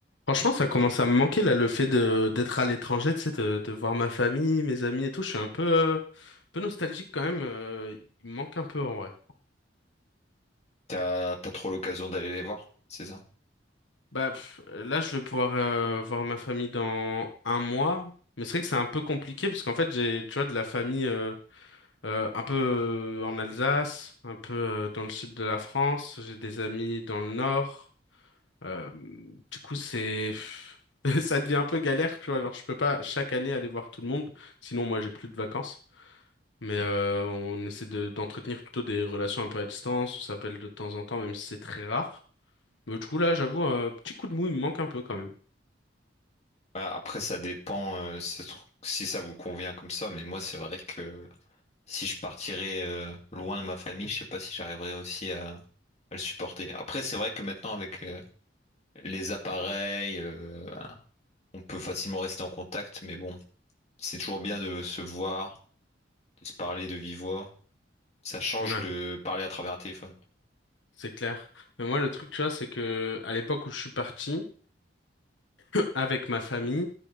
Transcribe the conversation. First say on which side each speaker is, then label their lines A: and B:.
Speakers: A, on the left (about 85°); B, on the left (about 35°).
A: Franchement, ça commence à me manquer là, le fait de d'être à l'étranger, tu sais, de, de voir ma famille, mes amis et tout. Je suis un peu, euh, un peu nostalgique quand même. euh, il me manque un peu en vrai.
B: T'as pas trop l'occasion d'aller les voir, c'est ça?
A: Bah pff, là, je vais pouvoir euh, voir ma famille dans un mois, mais c'est vrai que c'est un peu compliqué parce qu'en fait, j'ai, tu vois, de la famille euh, euh, un peu euh, en Alsace, un peu euh, dans le sud de la France. J'ai des amis dans le nord. Euh, du coup, c'est <laughs> ça devient un peu galère, tu vois. Genre, je peux pas chaque année aller voir tout le monde, sinon moi j'ai plus de vacances. Mais
B: Hmm.
A: euh, on essaie de d'entretenir plutôt des relations un peu à distance. On s'appelle de temps en temps, même si c'est très rare. Mais du coup là, j'avoue, un petit coup de mou, il me manque un peu quand même.
B: Ouais, après, ça dépend euh, si, ça se trouve- si ça vous convient comme ça, mais moi, c'est vrai que si je partirais euh, loin de ma famille, je sais pas si j'arriverais aussi à, à le supporter. Après, c'est vrai que maintenant, avec euh, les appareils, euh, on peut facilement rester en contact, mais bon, c'est toujours bien de se voir, de se parler de vive voix. Ça change
A: Ouais,
B: de parler à travers un téléphone.
A: c'est clair. Mais moi, le truc, tu vois, c'est que à l'époque où je suis parti avec ma famille,